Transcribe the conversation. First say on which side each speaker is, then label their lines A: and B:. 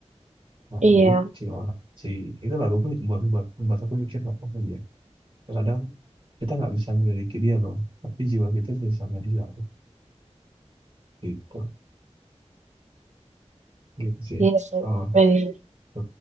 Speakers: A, on the right (about 45°); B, on the right (about 80°).
A: Nah,
B: Iya,
A: jadi si orang si itu lagu tuh buat buat buat aku mikir kok oh iya. Kadang kita nggak bisa memiliki dia loh, tapi jiwa kita bisa sama dia gitu gitu sih.
B: iya sih,
A: Oh,
B: bener.
A: gitu.